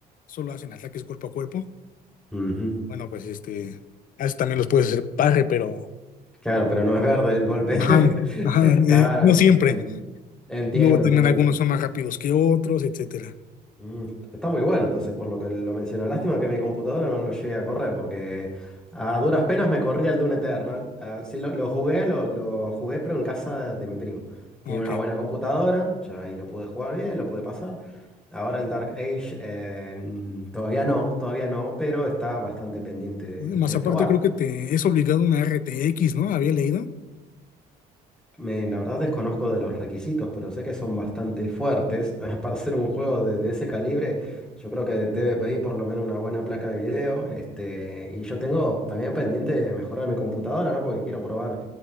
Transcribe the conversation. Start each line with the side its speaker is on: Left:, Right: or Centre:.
Left: solo hacen ataques cuerpo a cuerpo.
Centre: ujú.
Left: Bueno, pues este, a eso también los puedes hacer parre, pero
Centre: Claro, pero no es verde el golpe.
Left: ajá, ajá,
Centre: <laughs> Claro,
Left: eh, no siempre.
Centre: en- Entiendo,
Left: Luego también
Centre: entiendo.
Left: algunos
Centre: sí.
Left: son más rápidos que otros, etcétera.
Centre: Mm, Está muy bueno, entonces, por lo que lo menciona. Lástima que mi computadora no lo llegue a correr, porque a duras penas me corría el Doom Eternal. Ah, sí, lo, lo jugué, lo, lo jugué, pero en casa de mi primo. Tiene
Left: Ok.
Centre: una buena computadora, yo ahí lo pude jugar bien, lo pude pasar. Ahora el Dark Age, eh, mm, todavía no, todavía no, pero está bastante pendiente de,
Left: Más
Centre: de
Left: aparte,
Centre: probar.
Left: creo que te es obligado una RTX, ¿no? Había leído.
Centre: Me- la verdad desconozco de los requisitos, pero sé que son bastante fuertes. <laughs> Para hacer un juego de, de ese calibre, yo creo que debe pedir por lo menos una buena placa de video. Este, y yo tengo también pendiente de mejorar mi computadora, ¿no? Porque quiero probar